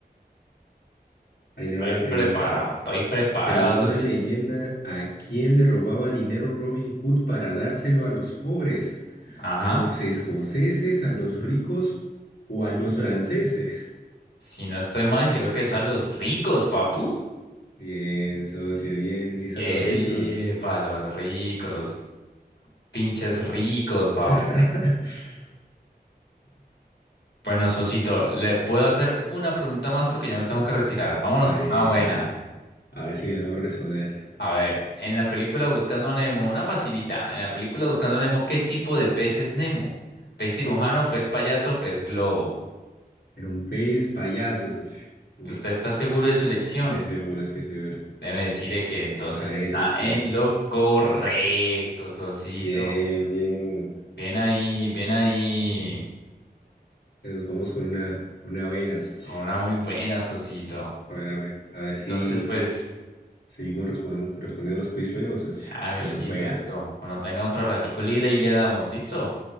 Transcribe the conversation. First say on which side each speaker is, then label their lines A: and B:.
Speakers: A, on the left (about 70°); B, on the left (about 90°).
A: Ahí le
B: Estoy
A: va la pregunta.
B: preparado, estoy preparado,
A: Según
B: Sosito.
A: la leyenda, ¿a quién le robaba dinero Robin Hood para dárselo a los pobres?
B: Ajá.
A: ¿A los escoceses, a los ricos o a los franceses?
B: Si no estoy mal, creo que es a los ricos, papus.
A: Bien, socio, bien, sí son
B: Eh,
A: los ricos.
B: para los ricos, los pinches ricos, papu.
A: <laughs>
B: Bueno, Sosito, le puedo hacer una pregunta más porque ya me tengo que retirar. Vámonos
A: Está
B: con
A: bien,
B: una buena.
A: socio. A ver si me logro responder.
B: A ver, en la película Buscando a Nemo, una facilita. En la película Buscando a Nemo, ¿qué tipo de pez es Nemo? ¿Pez cirujano, pez payaso, pez globo?
A: Era un pez payaso, socio. Dime.
B: ¿Usted está seguro de su elección?
A: Estoy seguro, estoy seguro.
B: Déjeme decirle que entonces
A: A ver
B: está
A: si es
B: en
A: cierto.
B: lo correcto, Sosito.
A: Bien, bien.
B: Bien ahí, bien ahí.
A: Nos vamos con una, una buena, socio.
B: Con una muy buena, Sosito.
A: A ver, a ver, a ver
B: Entonces,
A: si
B: pues,
A: seguimos respondan- respondiendo los quiz luego, socio.
B: hágale,
A: Cuando
B: listo,
A: pueda.
B: Sosito. Cuando tenga otro ratico libre, ahí le damos, ¿listo?